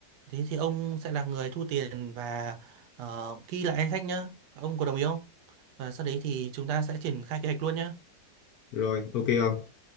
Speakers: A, on the right; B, on the left.
A: thế thì ông sẽ là người thu tiền và ờ, ghi lại danh sách nhá ông có đồng ý không và sau đấy thì chúng ta sẽ triển khai kế hoạch luôn nhá
B: rồi ok ông